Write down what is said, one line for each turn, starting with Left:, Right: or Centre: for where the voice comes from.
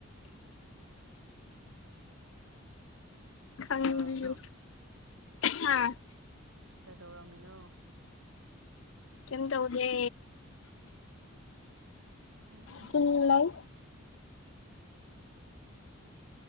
Left: ꯈꯪꯕꯤꯌꯨ
Right: ꯀꯩꯗꯧꯔꯝꯃꯤꯅꯣ
Left: ꯍꯥ
Right: ꯀꯩꯗꯧꯔꯝꯃꯤꯅꯣ
Left: ꯀꯝ ꯇꯧꯗꯦ
Right: ꯐꯔꯦ ꯐꯔꯦ
Left: ꯁꯨꯝ ꯂꯩ